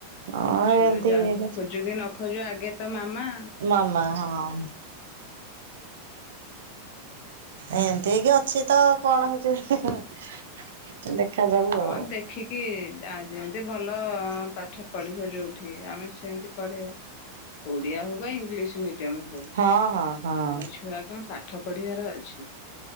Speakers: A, on the right (about 60°); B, on the left (about 45°).
A: ହଁ
B: ଛୁଆ
A: ଏମିତି
B: ଯାହାକୁ
A: ହେଇକି
B: ଖୋଜୁ କିି ନ ଖୋଜୁ ଆଗେ ତ ମାମା।
A: ମାମା ହଁ। ଏମିତି ହେଇକିି ଅଛି ତ କଣ ହଉଛି, ଦେଖାଯାଉ
B: ହଁ
A: ଆଉ।
B: ଦେଖିକି ଯା ଯେମିତି ଭଲ ପାଠ ପଢ଼ିବ ଯୋଉଠି, ଆମେ ସେମିତି ପଢେଇବା। ଓଡ଼ିଆ ହଉ ବା ଇଂଲିଶ ମିଡିୟମ ହଉ
A: ହଁ ହଁ ହଁ
B: ଆମ ଛୁଆ କଣ ପାଠ ପଢିବାର ଅଛି।